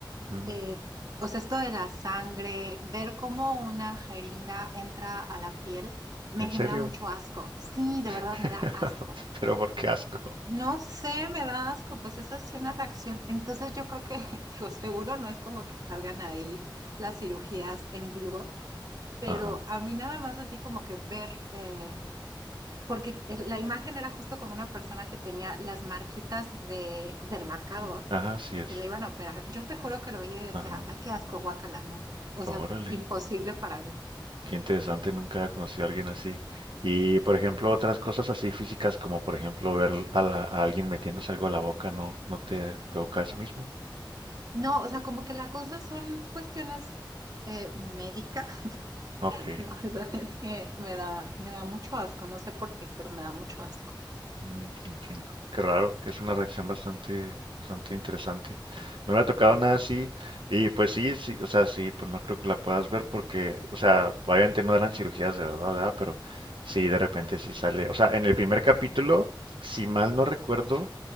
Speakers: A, on the right (about 85°); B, on the right (about 50°).
A: Mm,
B: eh, o sea, esto de la sangre, ver cómo una jeringa entra a la piel, me
A: ¿En
B: genera
A: serio?
B: mucho asco. Sí, de
A: <laughs>
B: verdad me da asco.
A: Pero por qué asco.
B: No sé, me da asco, pues esa es una reacción. Entonces yo creo que, <laughs> digo, seguro no es como que salgan ahí las cirugías en vivo, pero
A: Ajá,
B: a mí nada más así como que ver, eh, porque el- la imagen era justo como una persona que tenía las marquitas de, del marcador
A: mm, ajá, sí
B: de
A: es.
B: que le iban a operar. Yo te juro que lo veía y decía,
A: Ajá,
B: ay, qué asco, guácala, no. O sea,
A: órale.
B: imposible para mí.
A: Qué interesante, nunca había conocido a alguien así. Y por ejemplo, otras cosas así físicas, como por ejemplo ver a, la- a alguien metiéndose algo a la boca, ¿no, no te provoca eso mismo?
B: No, o sea, como que la cosa son cuestiones eh, médicas.
A: Ok,
B: <laughs> La verdad es que me da, me da mucho asco, no sé por qué, pero me da mucho asco.
A: mm, entiendo. Qué raro, que es una reacción bastante, bastante interesante. No me ha tocado nada así, y pues sí, sí, o sea, sí, pues no creo que la puedas ver porque, o sea, obviamente no eran cirugías de verdad, ¿verdad? Pero sí, de repente sí sale. O sea, en el primer capítulo, si mal no recuerdo,